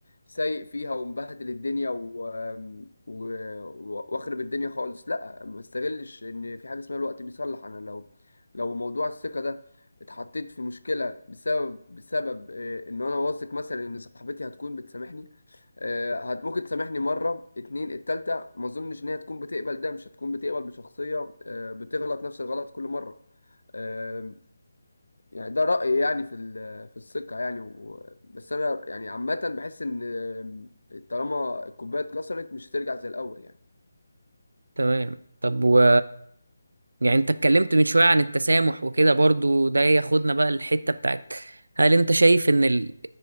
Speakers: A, on the left (about 80°); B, on the right (about 65°).
A: سايق فيها ومبهدل الدنيا و... آم، و... و- وأخرب الدنيا خالص لأ ما استغلش إن في حاجة اسمها الوقت بيصلح أنا لو لو موضوع الثقة ده اتحطيت في مشكلة بسبب بسبب آه، ان انا واثق مثلا ان صاحبتي هتكون بتسامحني آه، هت ممكن تسامحني مرة اتنين التالتة ما اظنش ان هي تكون بتقبل ده مش هتكون بتقبل بشخصية آه، بتغلط نفس الغلط كل مرة آه، يعني ده رأيي يعني في ال- في الثقة يعني و... بس انا يعني عامة بحس ان آه، طالما الكوباية اتكسرت مش هترجع زي الاول يعني
B: تمام طب و يعني انت اتكلمت من شوية عن التسامح وكده برضو ده ياخدنا بقى الحتة بتاعت هل انت شايف ان ال...